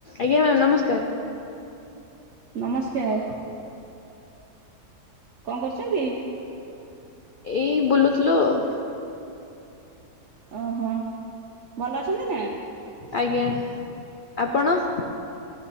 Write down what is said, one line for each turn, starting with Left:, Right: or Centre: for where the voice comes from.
Left: ଆଜ୍ଞା ମ୍ୟାମ୍ ନମସ୍କାର।
Right: ନମସ୍କାର। କଣ କରୁଛନ୍ତି?
Left: ଏଇ ବୁଲୁଥିଲୁ ଆଉ
Right: ଓହୋ ଭଲ ଅଛନ୍ତି ନା?
Left: ଆଜ୍ଞା ଆପଣ?